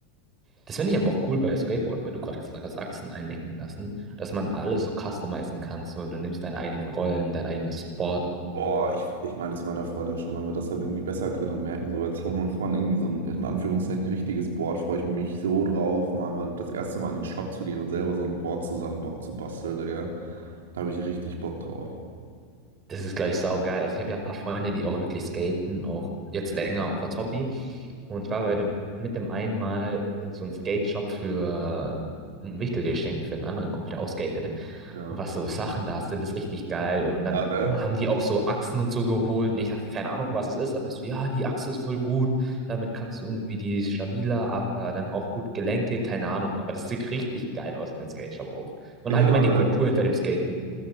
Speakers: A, on the right; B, on the right.
A: Das finde ich aber auch cool bei Skateboard, weil du gerade gesagt hast, Achsen einlenken lassen, dass man alles so customizen kann. So, du nimmst deine eigenen Rollen, dein eigenes Board unten.
B: Boah, ich, ich meine zu meiner Freundin schon, wenn wir das dann irgendwie besser können und merken, so jetzt holen wir uns mal irgendwie so ein, in Anführungszeichen, richtiges Board, freue ich mich so drauf, mal, mal das erste Mal in den Shop zu gehen und selber so ein Board zusammen zu basteln, Digga. Da habe ich richtig Bock drauf.
A: Das ist gleich saugeil. Also ich habe ja ein paar Freunde, die auch wirklich skaten, auch jetzt länger, auch als Hobby. Und ich war bei dem, mit dem einmal in so einem Skate-Shop für ein Wichtelgeschenk für einen anderen Kumpel, der auch skatet.
B: Ja.
A: Und was so Sachen da sind, ist richtig geil. Und dann
B: Ja, ne?
A: haben
B: <laughs>
A: die auch so Achsen und so geholt. Und ich habe keine Ahnung, was es ist, aber ich so, ja, die Achse ist voll gut. Damit kannst du irgendwie die ist stabiler, aber dann auch gut Gelenke, keine Ahnung. Aber das sieht richtig geil aus in den Skate Shop auch. Und
B: Ja,
A: allgemein die
B: ne?
A: Kultur hinter dem Skaten.